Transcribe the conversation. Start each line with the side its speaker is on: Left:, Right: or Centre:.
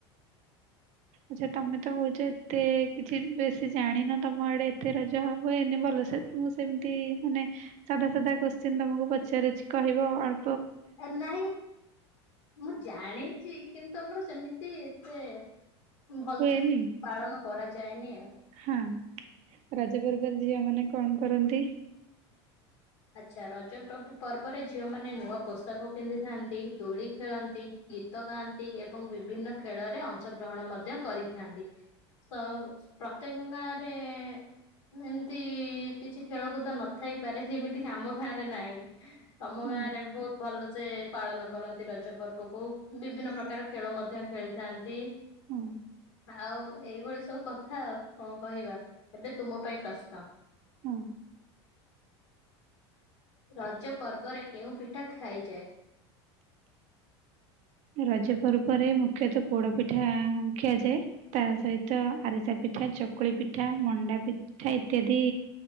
Right: ଆଚ୍ଛା ତୋମେ ତ କଉଛ ଏତେ କିଛି ବେଶୀ ଜାଣିନ ତୋମ ଆଡେ ଏତେ ରଜ ହୁଏନି ଭଲସେ। ମୁଁ ସେମିତି ମାନେ ସାଧା ସାଧା କୋଶ୍ଚେନ୍ ତୋମକୁ ପଚାରୁଛି କହିବ ଅଳ୍
Left: ଏ ନାହିଁ ମୁଁ ଜାଣିଛି କିନ୍ତୁ ଆମର ସେମିତି ଏତେ ଭଲସେ
Right: ହୁଏନି
Left: ପାଳନ କରାଯାଏନି ଆଉ।
Right: ହଁ, ରଜ ପର୍ବରେ ଝିଅ ମାନେ କଣ କରନ୍ତି?
Left: ଆଚ୍ଛା ରଜ ପବ ପର୍ବରେ ଝିଅମାନେ ନୂଆ ପୋଷାକ ପିନ୍ଧିଥାନ୍ତି ଦୋଳି ଖେଳନ୍ତି। ଗୀତ ଗାଆନ୍ତି ଏବଂ ବିଭିନ୍ନ ଖେଳରେ ଅଂଶ ଗ୍ରହଣ ମଧ୍ୟ କରିଥାନ୍ତି। ସଉ ପ୍ରତ୍ୟେକ ଗାଆଁରେ <unintelligible> ଏମିତି କିଛି ଖେଳକୁଦ ନଥାଇପାରେ ଯେମିତି କି ଆମ ଗାଁରେ ନାହିଁ। ଆମ
Right: ହଁ
Left: ଗାଁରେ ବହୁତ ଭଲସେ ପାଳନ କରନ୍ତି ରଜ ପର୍ବକୁ ବିଭିନ୍ନ ପ୍ରକାର ଖେଳ ମଧ୍ୟ ଖେଳି ଥାନ୍ତି।
Right: ହଁ
Left: ଆଉ ଏଇଭଳି ସବୁ କଥା ଆଉ କଣ କହିବା? ଏବେ ତୁମ ପାଇଁ ପ୍ରଶ୍ନ।
Right: ହଁ।
Left: ରଜ ପର୍ବରେ କେଉଁ ପିଠା ଖାଇଯାଏ।
Right: ରଜ ପର୍ବରେ ମୁଖ୍ୟତଃ ପୋଡ ପିଠା ଖିଆଯାଏ। ତା ସହିତ ଆରିସା ପିଠା, ଚକୁଳି ପିଠା, ମଣ୍ଡା ପିଠା ଇତ୍ୟାଦି।